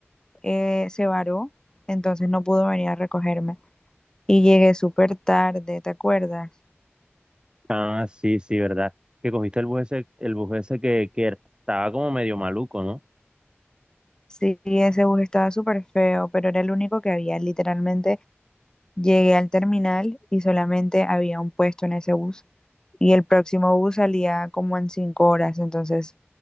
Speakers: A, on the left; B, on the right.
A: eh, se varó, entonces no pudo venir a recogerme. y llegué súper tarde, ¿te acuerdas?
B: Ah, sí, sí, verdad. Que cogiste el bus ese, el bus ese que, que estaba como medio maluco, ¿no?
A: Sí, ese bus estaba súper feo, pero era el único que había. Literalmente llegué al terminal y solamente había un puesto en ese bus. Y el próximo bus salía como en cinco horas, entonces